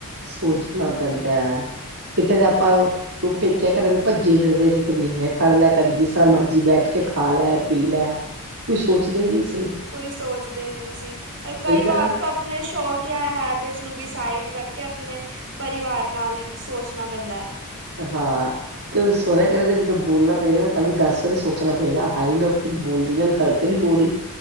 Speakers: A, on the right (about 85°); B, on the right (about 65°).
A: ਸੋਝਣਾ ਪੈਂਦਾ ਹੈ ਕਿਤੇ ਤਾਂ ਆਪਾਂ ਕੋ ਪੇਕਿਆ ਘਰੇ ਦੇ ਭੱਜੇ ਫਿਰਦੇ ਸੀ ਕਦੀ ਇਹ ਕਰ ਲੈ ਕਦੇ ਜਿਸ ਤਰ੍ਹਾਂ ਮਰਜੀੀ ਬੈਠ ਕੇ ਖਾ ਲੈ ਪੀ ਲੈ ਕੋਈ ਸੋਚਦਾ ਹੀ ਨਹੀਂ ਸੀ
B: ਕੋਈ ਸੋਚਦੇ ਨੀ ਸੀ ਪਰ ਕਈ
A: ਸਹੀ ਗੱਲ
B: ਵਾਰ
A: ਹੈ ਨਾ
B: ਤਾਂ ਆਪਣੇ ਸ਼ੌਕ ਜਾਂ ਹੈਬਿਟਸ ਨੂੰ ਵੀ ਸਾਈਡ ਰੱਖ ਕੇ ਆਪਣੇ ਪਰਿਵਾਰ ਨਾਲ ਸੋਚਣਾ ਪੈਂਦਾ ਹੈ
A: ਹਾਂ ਤੇ ਹੁਣ ਸਹੁਰਿਆ ਘਰੇ ਤਾਂ ਜਦੋਂ ਬੋਲਣਾ ਪਏਗਾ ਨਾ ਤਾਂ ਵੀ ਦਸ ਵਾਰੀ ਸੋਚਣਾ ਪਏਗਾ ਹਾ ਮੈਂ ਕੁੱਝ ਬੋਲ ਰਹੀ ਹ ਗਲ ਨੀ ਬੋਲਹੀ